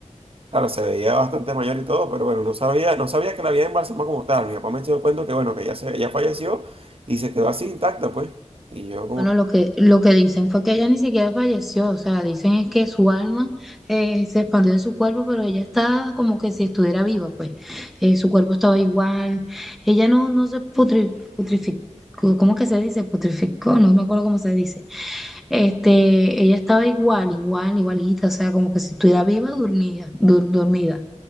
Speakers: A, on the right; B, in the centre.
A: Claro, se veía bastante mayor y todo, pero bueno, no sabía, no sabía que la había embalsamado como tal. Mi papá me echó el cuento que bueno, que ya se, ella falleció y se quedó así intacta, pues. Y yo como
B: Bueno, lo que, lo que dicen fue que ella ni siquiera falleció, o sea, dicen es que su alma eh, se expandió de su cuerpo, pero ella está como que si estuviera viva, pues. Eh, su cuerpo estaba igual, ella no, no se putri, putrificó, ¿cómo que se dice? Putrificó, no me acuerdo cómo se dice. Este, ella estaba igual, igual, igualita, o sea, como que si estuviera viva, dormida, dur- dormida.